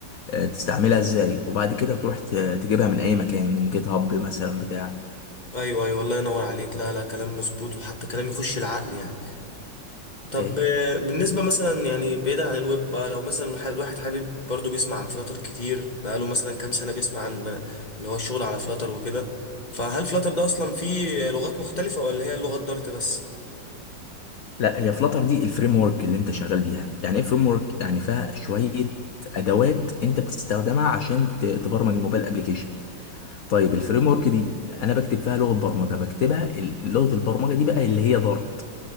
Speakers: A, on the left (about 55°); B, on the left (about 25°).
A: آه، تستعملها ازاي وبعد كده تروح ت- تجيبها من اي مكان من جيت هاب مثلا بتاع
B: أيوه أيوه الله ينور عليك لا لا كلام مظبوط وحتى كلام يخش العقل يعني طب
A: إيه؟
B: آه، بالنسبة مثلا يعني بعيدا عن الويب بقى لو مثلا ح- الواحد حابب برضو بيسمع عن فلاتر كتير بقاله مثلا كام سنة بيسمع عن بنا- اللي هو الشغل على فلاتر وكده فهل فلاتر ده أصلا فيه لغات مختلفة ولا هي اللغة الدارت بس؟
A: لا هي فلاتر دي الفريم ورك اللي انت شغال بيها يعني ايه فريم ورك يعني فيها شويه ادوات انت بتستخدمها عشان ت- تبرمج الموبايل ابلكيشن طيب الفريم ورك دي انا بكتب فيها لغه برمجه بكتبها ال- لغه البرمجه دي بقى اللي هي دارت